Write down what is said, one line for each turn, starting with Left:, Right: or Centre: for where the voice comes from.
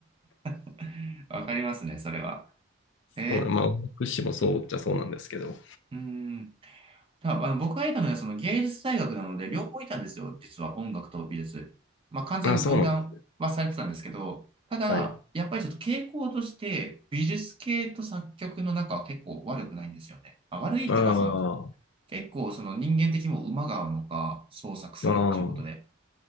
Right: <laughs> わかりますね、それは。え
Left: そう、まあ、音楽史もそうっちゃそうなんですけど。
Right: ー、うん。たあの僕がいたのはその芸術大学なので、両方いたんですよ、実は音楽と美術。まあ、完全に分断はされてたんですけど、
Left: あ、そうなんです。
Right: ただ、
Left: はい。
Right: やっぱりちょっと傾向として、美術系と作曲の中は結構悪くないんですよね。まあ、悪いっていうか、
Left: ああ、
Right: その、
Left: あ
Right: 結構その人間的にも馬が合うのか、創作するっていうことで。
Left: あ、